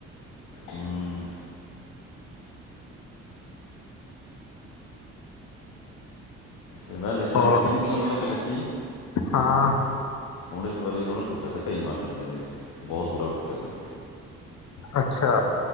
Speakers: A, on the left; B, on the left.
A: ਹਮ। ਤੇ, ਮੈਂ ਲੱਕੀ,
B: ਹੋਰ
A: ਲੱਕੀ ਨੀ, ਦਿੰਦਾ ਲੱਕੀ ਕੀ?
B: ਹਾਂ।
A: ਹੁਣ ਇੱਕ ਵਾਰੀ ਉਹਨਾ ਨੇ ਕੁੱਟਿਆ ਤੇ, ਕਈ ਮਾਸਟਰ ਨੇ ਬਾਈ। ਬਹੁਤ ਬੁਰਾ ਕੂਟਿੱਆ
B: ਅੱਛਾ